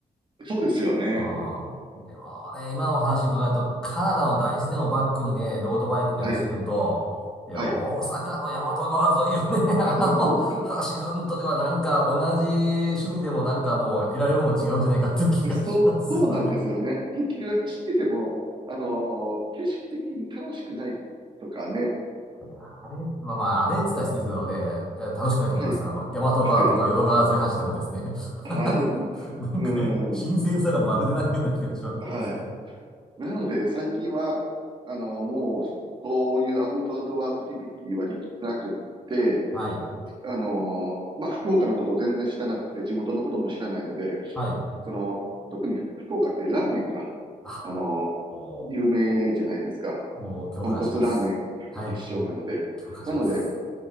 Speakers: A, on the right; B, in the centre.
A: そうですよね。
B: ああ、でもね、今のお話伺うと、カナダの大自然をバックにね、ロードバイクで走るんと、
A: はい。
B: いや、
A: はい。
B: 大阪の大和川沿いをね、<laughs> あの、
A: <laughs>
B: 走るんとではなんか同じ趣味でもなんかもう得られるものが違うんじゃないかっていう気がしますよね。
A: そう、そうなんですよね。結局走ってても、あのー景色的に楽しくないとかね。
B: いや、あれ、まあまあ、あれって言ったら失礼ですけどね、いや楽しくないと思います。
A: はい。
B: あの、大和川とか淀川沿い走ってもですね、
A: はい。はい。
B: <laughs> なんか新鮮さがまるでないような気がしますですね。
A: うん。はい。なので最近は、あのーもうそういうアウトドアアクティビティはできてなくって、
B: はい。
A: あのーまあ、福岡のことを全然知らなくて、地元のことも知らないので、
B: はい。
A: その、特に福岡ってラーメンが、
B: あ、
A: あのー有名じゃないですか。
B: おーもう共感します。
A: 豚骨ラーメン発祥なので。
B: はい。共感します。
A: なので、